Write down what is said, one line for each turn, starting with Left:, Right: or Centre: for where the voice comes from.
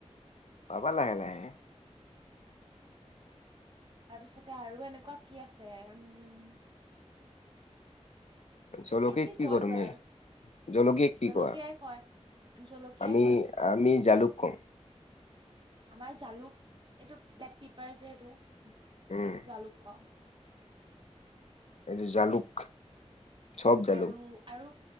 Left: পাবা লাহে লাহে
Right: তাৰপিছতে আৰু এনেকুৱা কি আছে, উম।
Left: জলকে
Right: এই তুমি
Left: কি
Right: কৈ
Left: কৰ
Right: যোৱা
Left: মেই,
Right: আৰু
Left: জলকে কি
Right: জলকীয়াই
Left: কোৱা।
Right: কয় জলকীয়াই
Left: আমি,
Right: কয়
Left: আমি জালুক কওঁ।
Right: আমাৰ জালুক, ইটোক ব্লেক পেপাৰ যে সেইটো, সেইটোক
Left: উম
Right: জালুক কওঁ।
Left: এনেই জালুক। চব জালুক
Right: আৰু, আৰু।